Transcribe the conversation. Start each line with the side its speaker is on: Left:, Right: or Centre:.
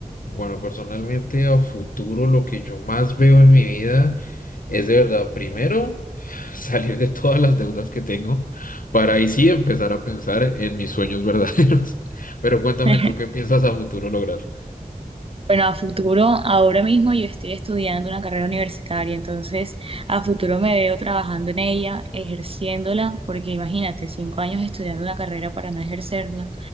Left: Bueno, personalmente a futuro lo que yo más veo en mi vida es de verdad, primero, <laughs> salir de todas las deudas que tengo para ahí sí empezar a pensar en mis sueños verdaderos. <laughs> Pero cuéntame
Right: <laughs>
Left: tú qué piensas a futuro lograr.
Right: Bueno, a futuro, ahora mismo yo estoy estudiando una carrera universitaria, entonces a futuro me veo trabajando en ella, ejerciéndola, porque imagínate, cinco años estudiando una carrera para no ejercerla,